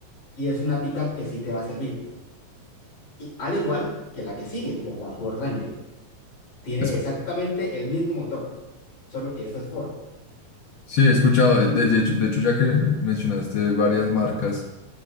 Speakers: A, on the left; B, on the left.
A: y es una pickup que sí te va a servir y- al igual que la que sigue, que es la Ford Ranger. Tiene
B: Es-
A: exactamente el mismo motor, solo que esto es Ford.
B: sí, he escuchado, eh, de, de hecho, de hecho, ya que mencionaste varias marcas,